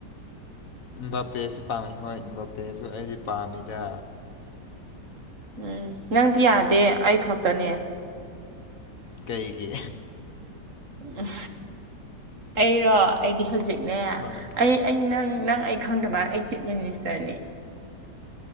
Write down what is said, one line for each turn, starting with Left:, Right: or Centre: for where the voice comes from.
Left: ꯕꯥꯄꯦꯁꯨ ꯄꯥꯝꯃꯤ ꯍꯣꯏ ꯕꯥꯄꯦꯁꯨ ꯑꯩꯗꯤ ꯄꯥꯝꯃꯤꯗ
Right: ꯎꯝ ꯅꯪꯗꯤ ꯌꯥꯗꯦ ꯑꯩ ꯈꯛꯇꯅꯦ
Left: ꯀꯩꯒꯤ
Right: ꯎꯝ ꯑꯩꯔꯣ ꯑꯩꯗꯤ ꯍꯧꯖꯤꯛꯅꯦ
Left: ꯍꯣꯏ
Right: ꯑꯩ ꯑꯩ ꯅꯪ ꯅꯪ ꯑꯩ ꯈꯪꯗ ꯃꯥ ꯑꯩ ꯆꯤꯞ ꯃꯤꯅꯤꯁꯇꯔꯅꯤ